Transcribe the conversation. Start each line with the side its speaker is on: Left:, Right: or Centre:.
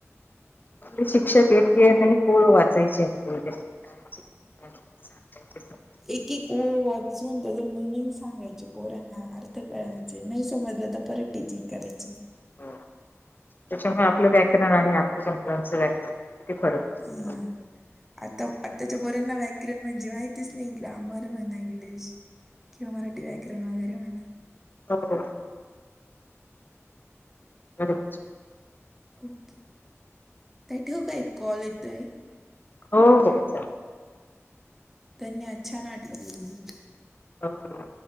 Left: आपले शिक्षक एक न एक ओळ वाचायचे <unintelligible> <unintelligible>
Centre: एक एक ओळ वाचून त्याच मिनिंग सांगायचे पोरांना अर्थ कळ चे नाही समजलं तर परत टीचिंग करायचे.
Left: हम्म त्याच्यामुळे आपलं व्याकरण आणि आज च्या मुलांच व्याकरण किती फरक? पडतो
Centre: हम्म आता आताच्या पोरंना व्याकरण म्हणजे माहितीच नाही ग्रामर म्हणा इंग्लिश किंवा मराठी व्याकरण वगैरे म्हणा.
Left: हो. बरोबर.
Centre: ओके ताई ठेवू का एक कॉल येतोय.
Left: हो हो चालेल.
Centre: त्यांनी आज छान वाटलं बोलून.
Left: <unintelligible>